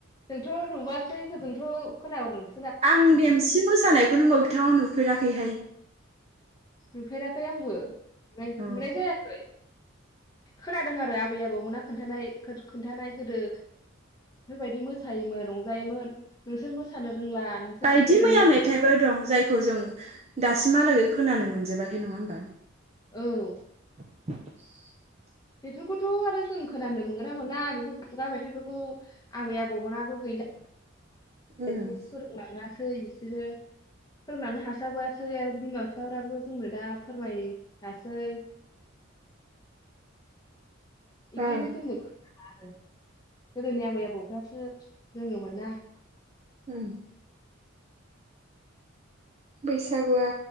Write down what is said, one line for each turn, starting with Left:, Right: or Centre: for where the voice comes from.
Left: जोंथ' नुबोयासै होजोंथ' खोनाबोदों
Right: आं देमसि मोसानायखौनो मोगथांआव नुबो फोराखैहाय
Left: नुफेराखै आंबो फ्राय
Right: औ
Left: नुनाय जायाखै खोनादों आरो आबै आबौमोनना खोन्थानाय खोथा खोन्थानाय गोदो <inaudible> बायदि मोसायोमोन रजायोमोन नोंसोर मोसानो रोंला नोंसोर
Right: बायदि
Left: जेबो रोंला
Right: मैया मेथाइफोर दं जायखौ जों दासिमहालागै खोनानो मोनजोबाखै नङा होमबा
Left: औ
Right: <unintelligible>
Left: बेफोरखौथ' आरो जों खोनानो मोनगोना मोनला बेफोर खुगा मेथाइफोरखौ आबै आबौमोनाबो गैला
Right: उम
Left: <inaudible> फोरोंलाङा थै बिसोरो फोरोंलांनो हास्लाबासै आरो बिमा बिफाफ्राबो जोंनो दा फोरमायासै। इखायनो
Right: औ
Left: जोंनो आरो गोदोनि आबै आबौफ्रासो रोङोमोनना
Right: उम बैसागुआ